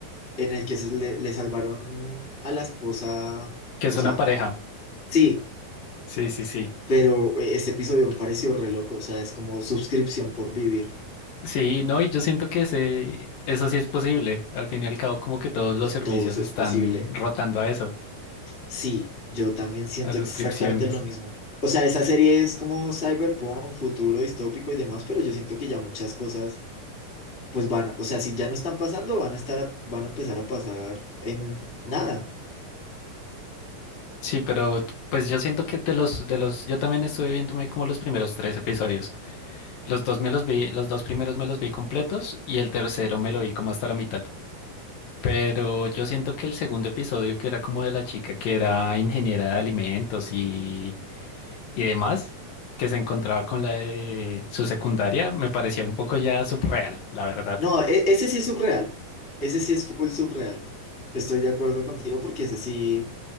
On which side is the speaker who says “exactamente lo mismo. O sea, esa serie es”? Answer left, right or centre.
Left